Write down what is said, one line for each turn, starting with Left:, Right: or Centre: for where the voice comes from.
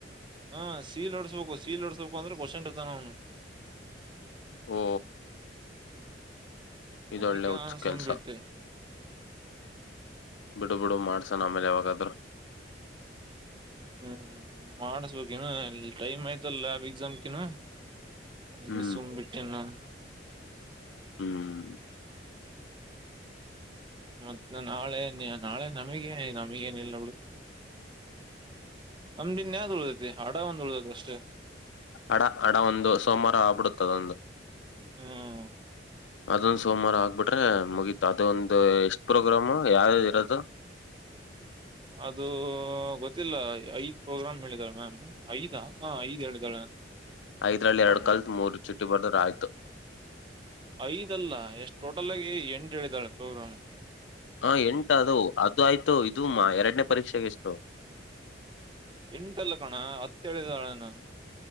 Right: ಹ್ಮ ಸೀಲ್ ಓಡ್ಸ್ಬೇಕು ಸಿಲ್ ಓಡ್ಸ್ ಸ್ವಲ್ಪ ಅಂದ್ರೆ ಕ್ವಷನ್ಟ್ ಇರ್ತಾನವನು <inaudible>
Left: ಓ ಇದೊಳ್ಳೆ
Right: ಅದಿಕ್ಕೆ
Left: ಹುಚ್ಚ್
Right: ನಾನು ಸುಮ್
Left: ಕೆಲ್ಸ.
Right: ಬಿಟ್ಟೆ.
Left: ಬಿಡು ಬಿಡು ಮಾಡ್ಸನ ಆಮೇಲೆ ಯಾವಾಗಾದ್ರು
Right: ಹ್ಮ್ ಮಾಡಸ್ಬೇಕ್ ಇನ್ನು ಟೈಮ್ ಆಯ್ತಲ್ಲ ಲ್ಯಾಬ್ ಎಕ್ಷಮಕಿನ್ನು ಅದಕ್ಕೆ
Left: ಹ್ಮ್
Right: ಸುಮ್ ಬಿಟ್ಟೆನ್ ನಾನು
Left: ಹ್ಮ್
Right: ಮತ್ತ ನಾಳೆ ನಾಳೆ ನಮಗ ನಮಗೇನಿಲ್ಲ ಬಿಡು ನಮ್ದಿನ್ ಯಾವ್ದ್ ಉಳ್ದತಿ ಹಾಡ ಒಂದು ಉಳ್ದೇತಿ ಅಷ್ಟೇ.
Left: ಹಡ ಹಡ ಒಂದು ಸೋಮವಾರ ಆಗ್ಬಿಡತ್ತ್ ಅದೊಂದು
Right: ಹ್ಮ್
Left: ಅದೊಂದ ಸೋಮವಾರ ಆಗ್ಬಿಟ್ರೆ ಮುಗೀತ ಅದೊಂದು ಎಷ್ಟ್ ಪ್ರೋಗ್ರಾಮು ಯ ಅದು ಇರದು
Right: ಅದು ಗೊತ್ತಿಲ್ಲ ಐದ್ ಪ್ರೋಗ್ರಾಮ್ ಹೇಳಿದಾರ ಮ್ಯಾಮ್. ಐದಾ ಹಾ ಐದ್ ಹೇಳಿದಾಳೆ
Left: ಐದ್ರಲ್ಲಿ ಎರಡ್
Right: ಓ
Left: ಕಲ್ತ್ ಮೂರ್ ಚುಟ್ಟಿ ಬರ್ದ್ರ ಆಯ್ತು
Right: ಐದಲ್ಲ ಎಷ್ಟು ಟೋಟಲ್ ಆಗಿ ಏನ್ ಹೇಳಿದಾಳೆ ಪ್ರೋಗ್ರಾಮು
Left: ಹಾ ಎಂಟ ಅದು ಅದು ಆಯ್ತು ಇದು ಮ್ಮ ಎರಡನೇ ಪರೀಕ್ಷೆಗೆ ಎಷ್ಟು
Right: ಎಂಟಲ್ಲ ಕಣ ಹತ್ತೇಳಿದಾಣ ನಾನು